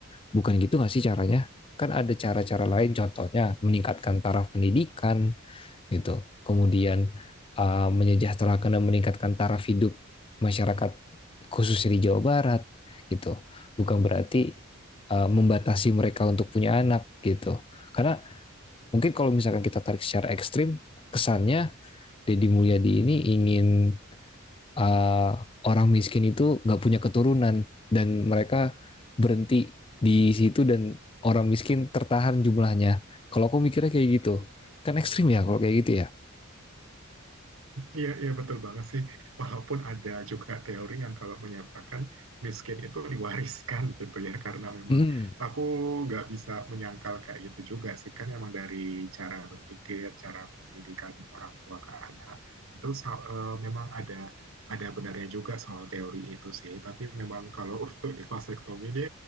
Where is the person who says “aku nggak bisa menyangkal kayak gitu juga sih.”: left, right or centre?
Right